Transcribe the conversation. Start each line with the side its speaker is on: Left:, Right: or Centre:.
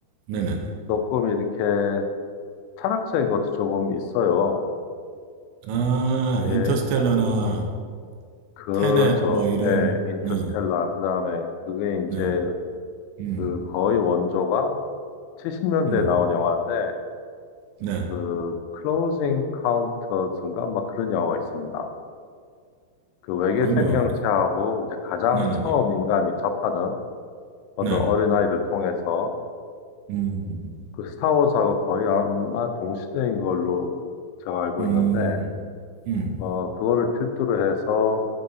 Right: 네네네.
Left: 조금 이렇게 철학적인 것도 조금 있어요.
Right: 아,
Left: 예,
Right: 인터스텔라나
Left: 오, 그렇죠.
Right: 테넷 뭐 이런
Left: 예, 인터스텔라.
Right: 네.
Left: 그 다음에 그게 이제
Right: 네. 음.
Left: 그 거의 원조가 70년대에
Right: 음.
Left: 나온 영화인데
Right: 네.
Left: 그 클로징 카운터스인가 막 그런 영화가 있습니다. 그 외계
Right: 그럼요.
Left: 생명체하고 이제 가장
Right: 네네네.
Left: 처음 인간이 접하는 어떤
Right: 네.
Left: 어린아이를 통해서
Right: 음.
Left: 그 스타워즈하고 거의 아마 동시대인 걸로 제가 알고
Right: 음.
Left: 있는데
Right: 음.
Left: 어, 그거를 필두로 해서